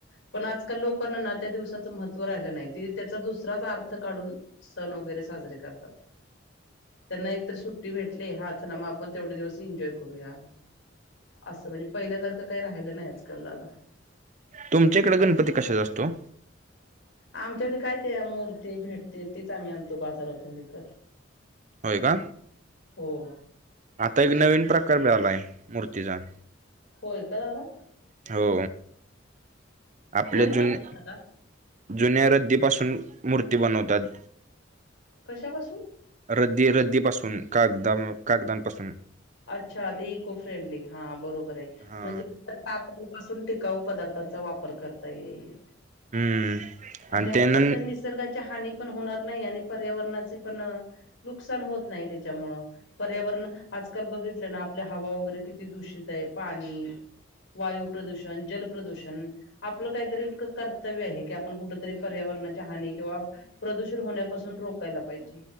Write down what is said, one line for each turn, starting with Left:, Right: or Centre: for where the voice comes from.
Left: पण आजकाल लोकांना ना त्या दिवसाचं महत्त्व राहिलं नाही ते त्याचा दुसराच अर्थ काढून सण वगैरे साजरे करतात. त्यांना एक तर सुट्टी भेटते हा चला मग आपण तेवढे दिवस एन्जॉय करूया. असं म्हणजे पहिल्यासारखं काही राहिलं नाही आजकाल दादा.
Right: तुमच्या इकडे गणपती कशाचा असतो.
Left: आमच्याकडे काय ते मूर्ती भेटते तीच आम्ही आणतो बाजारातून विकत.
Right: होय का.
Left: हो.
Right: आता एक नवीन प्रकार बी आलाय मूर्तीचा.
Left: होय का दादा.
Right: हो. आपले
Left: कोणता
Right: जून
Left: दादा
Right: जुन्या रद्दीपासून मूर्ती बनवतात.
Left: कशापासून?
Right: रद्दी रद्दीपासून कागदा कागदांपासून.
Left: अच्छा ते इको फ्रेंडली हा बरोबर आहे
Right: हा
Left: म्हणजे टाकाऊ पासून टिकाऊ पदार्थांचा वापर करता येईल.
Right: हम्म
Left: अन्
Right: आणि
Left: त्यामुळं
Right: त्यान
Left: कसं निसर्गाची हानी पण होणार नाही आणि पर्यावरणाची पण नुकसान होत नाही त्याच्यामुळ. पर्यावरण आज आजकाल बघितलं ना आपल्या हवा वगैरे किती दूषित आहे पाणी. वायु प्रदूषण जल प्रदूषण. आपलं काहीतरी कर्तव्य आहे की आपण कुठेतरी पर्यावरणाच्या हानी किंवा प्रदूषण होण्यापासून रोकायला पाहिजे.